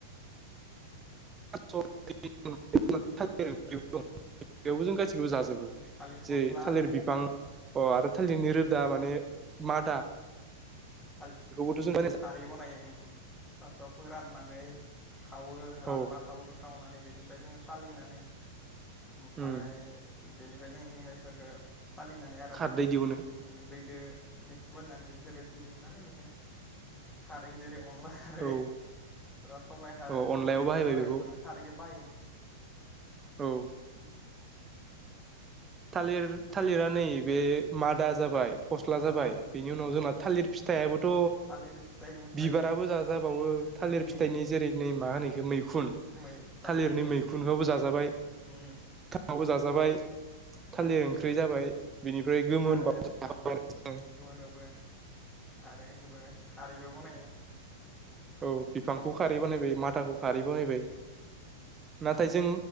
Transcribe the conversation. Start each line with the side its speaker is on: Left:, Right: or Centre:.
Right: थास'। <unintelligible> बेयावबो जों गासैखौबो जाजोबो
Left: थालिर
Right: जेरै
Left: फस्ला
Right: थालिर बिफां। अ आरो थालिरनि रोदा माने मादा।
Left: थाल
Right: बेखौबोथ' जों बानाय
Left: खारै बनायो। ओम फास्टआव फोराननानै। खावो रानबा
Right: औ
Left: खावो खावनानै। बेनिफ्राय जोङो सालिनानै। ओमफ्राय
Right: उम
Left: बेनिफ्राय जों नै फोरखो। सालिनानै आरामसे
Right: खारदै दिहुनो
Left: ओम दैदो। मिक्स बनायनानै बेनिफ्राय रो। दिहुनानै बेखौनो खारै जेरै। अनला खारै
Right: औ
Left: बेफोराव सबाइ खारो
Right: औ
Left: सबाइ
Right: अनलायाव बाहायबाय
Left: संबा
Right: बेखौ
Left: इफोरफोर खारैखो बाहायो।
Right: औ
Left: उम <inaudible>
Right: थालिर थालिरा नै बे मादा जाबाय फस्ला
Left: ओ
Right: जाबाय बेनि उनाव
Left: उम
Right: जोंना थालिर फिथाइयाबोथ'
Left: थालिर फिथाइखौबो जायो
Right: बिबाराबो जाजाबावो थालिर
Left: उम
Right: फिथाइनि जेरै नै मा होनो इखो मैखुन
Left: मै थालिर
Right: थालिरनि
Left: मैखुं
Right: मैखुनखौबो जाजाबाय।
Left: उम
Right: आवबो जाजाबाय।
Left: उम
Right: थालिर ओंख्रि जाबाय बिनिफ्राय गोमोनब
Left: आरो
Right: जाबाय।
Left: गोमोनबाबो आरो बेखौबो खारैबो बनायो।
Right: औ। बिफांखौ खारै
Left: ओ
Right: बानायबाय मादाखौ खारै बानायबाय नाथाय जों।